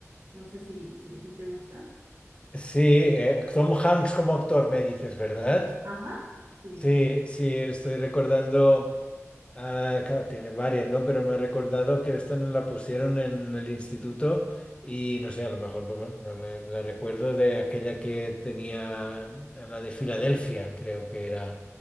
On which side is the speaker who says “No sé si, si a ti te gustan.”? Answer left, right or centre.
Right